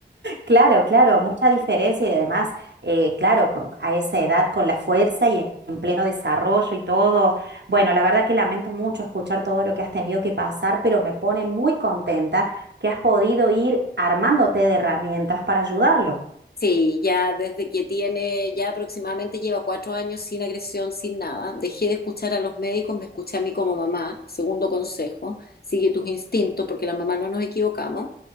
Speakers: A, on the right; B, on the left.
A: Claro, claro, mucha diferencia y además, eh, claro, con- a esa edad con la fuerza y en pleno desarrollo y todo. Bueno, la verdad que lamento mucho escuchar todo lo que has tenido que pasar, pero me pone muy contenta que has podido ir armándote de herramientas para ayudarlo.
B: Sí, ya desde que tiene, ya aproximadamente lleva cuatro años sin agresión, sin nada. Dejé de escuchar a los médicos, me escuché a mí como mamá. Segundo consejo, sigue tus instintos porque las mamás no nos equivocamos.